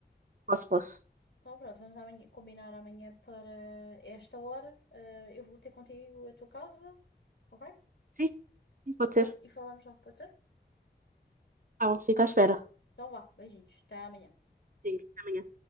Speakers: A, on the right (about 50°); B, on the left (about 70°).
A: posso, posso.
B: Então, pronto, vamos amanhã, combinar amanhã para esta hora. Eh, eu vou ter contigo a tua casa, ok?
A: Sim, sim, pode
B: Pronto,
A: ser.
B: e falamos lá, pode ser?
A: Então, fico à espera.
B: Então vá, beijinhos, até amanhã.
A: Sim, até amanhã.